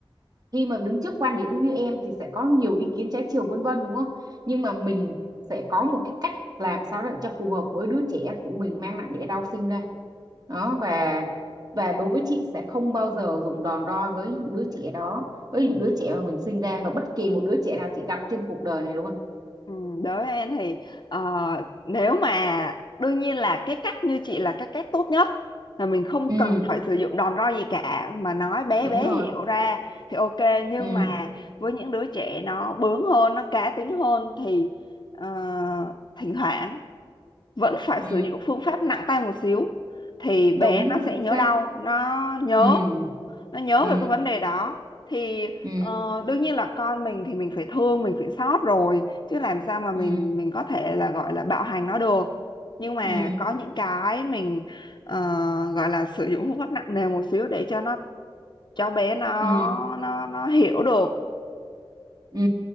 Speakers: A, on the right; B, on the left.
A: khi mà đứng trước quan điểm như em thì sẽ có nhiều ý kiến trái chiều vân vân đúng không nhưng mà mình sẽ có một cái cách làm sao để cho phù hợp với đứa trẻ của mình mang nặng đẻ đau sinh ra đó và và đối với chị sẽ không bao giờ dùng đòn roi với những đứa trẻ đó với những đứa trẻ mà mình sinh ra và bất kỳ một đứa trẻ nào chị gặp trên cuộc đời này đúng không
B: Ừ, đối với em thì ờ, nếu mà đương nhiên là cái cách như chị là cái cách tốt nhất là mình không
A: ừ
B: cần phải sử dụng đòn roi gì cả mà nói bé
A: đúng
B: bé
A: rồi
B: hiểu ra thì ok nhưng
A: ừ
B: mà với những đứa trẻ nó bướng hơn nó cá tính hơn thì ờ, thỉnh thoảng vẫn phải
A: ừ
B: sử dụng phương pháp nặng tay một xíu thì
A: đúng
B: bé nó
A: chính
B: sẽ nhớ
A: xác
B: đau nó nhớ
A: ừ
B: nó nhớ
A: ừ
B: về cái vấn đề đó thì
A: ừ
B: ờ, đương nhiên là con mình thì mình phải thương mình phải xót rồi chứ làm sao mà mình
A: ừ
B: mình có thể là gọi là bạo hành nó được nhưng mà
A: ừ
B: có những cái mình ờ, gọi là sử dụng phương pháp nặng nề một xíu để cho nó cho bé nó
A: Ừ,
B: nó nó hiểu được
A: ừ,